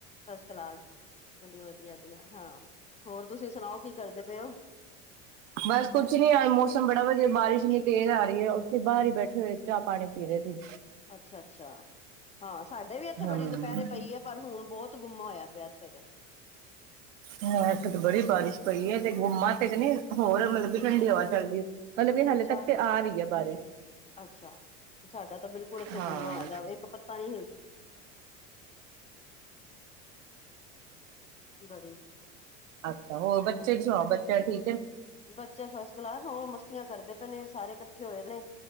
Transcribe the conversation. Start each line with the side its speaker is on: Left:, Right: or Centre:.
Left: ਫਸ -ਕਲਾਸ, ਵਧੀਆ -ਵਧੀਆ, ਵਧੀਆ ਹਾਂ ਹੋਰ ਤੁਸੀਂ ਸੁਣਾਓ ਕੀ ਕਰਦੇ? ਕੀਚ <unintelligible>
Right: ਬਸ ਕੁਛ ਨੀ, ਅੱਜ ਮੌਸਮ ਬੜਾ ਵਧੀਆ, ਬਾਰਿਸ਼ ਇਨੀਂ ਤੇਜ਼ ਆ ਰਹੀ ਹੈ। ਉੱਥੇ ਬਾਹਰ ਹੀ ਬੈਠੇ ਹੋਏ ਚਾਹ -ਪਾਣੀ ਪੀ ਰਹੇ ਸੀ।
Left: ਅੱਛਾ -ਅੱਛਾ, ਹਾਂ। ਸਾਡੇ ਵੀ ਇੱਥੇ
Right: ਹਮ
Left: ਬੜੀ ਦੁਪਹਿਰੇ ਪਈ ਹੈ ।ਪਰ ਹੁਣ ਬਹੁਤ ਗੁੰਮਾ ਹੋਇਆ ਪਿਆ ਇੱਥੇ ਤੇ
Right: ਹਾਂ ਇੱਥੇ ਤੇ ਬੜੀ ਬਾਰਿਸ਼ ਪਈ ਹੈ। ਤੇ ਗੁੰਮਾ ਤੇ ਕ ਨਹੀਂ ਹੋਰ ਮਤਲਬ ਕਿ ਠੰਡੀ ਹਵਾ ਚਲਦੀ ਮਤਲਬ ਵੀ ਹਾਲੇ
Left: ਅੱਛਾ
Right: ਤੱਕ ਤੇ ਆ ਰਹੀ ਹੈ। ਬਾਰਿਸ਼
Left: ਅੱਛਾ, ਸਾਡਾ ਤਾਂ ਬਿਲਕੁਲ ਇੱਥੇ
Right: ਹਾਂ
Left: ਗੁੰਮਾ ਹੋਇਆ ਦਾ, ਇੱਕ ਪੱਤਾ ਨੀ ਹਿਲਦਾ <unintelligible> ਬੜੀ
Right: ਅੱਛਾ ਹੋਰ ਬੱਚੇ
Left: ਹਾਂ
Right: ਸੁਣਾਓ ਬੱਚਾ ਠੀਕ ਹੈ
Left: ਬੱਚੇ ਫਸ ਕਲਾਸ ਹਾਂ ਮਸ ਕਰਦੇ ਪਏ ਨੇ, ਸਾਰੇ ਇਕੱਠੇ ਹੋਏ ਨੇ,